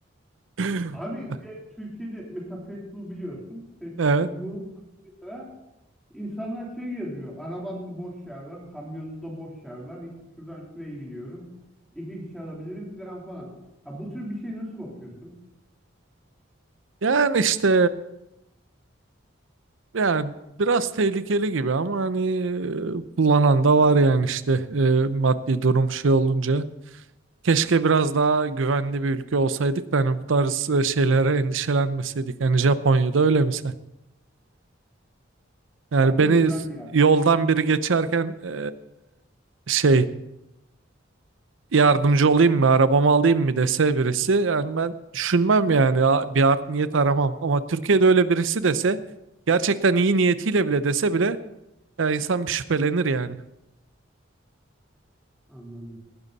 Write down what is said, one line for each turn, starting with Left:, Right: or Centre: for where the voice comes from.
Right: <laughs>
Centre: Abi bir de Türkiye'de mesela Facebook biliyorsun. Facebook'ta
Right: Evet.
Centre: bir grup var mesela. İnsanlar şey yazıyor. Arabamda boş yer var. Kamyonumda boş yer var. İşte şuradan şuraya gidiyorum. İki kişi alabilirim falan falan. Ha, bu tür bir şey nasıl bakıyorsun?
Right: Yani işte Yani biraz tehlikeli gibi ama hani e, kullanan da var yani işte e, maddi durum şey olunca. Keşke biraz daha güvenli bir ülke olsaydık da hani bu tarz e, şeylere endişelenmeseydik. Hani Japonya'da öyle misal. Yani
Centre: Japonya
Right: beni
Centre: güvenli
Right: s-
Centre: yani.
Right: yoldan biri geçerken e, şey yardımcı olayım mı arabamı alayım mı dese birisi yani ben düşünmem yani ya- bir art niyet aramam. Ama Türkiye'de öyle birisi dese gerçekten iyi niyetiyle bile dese bile ya insan bir şüphelenir yani.
Centre: Anladım.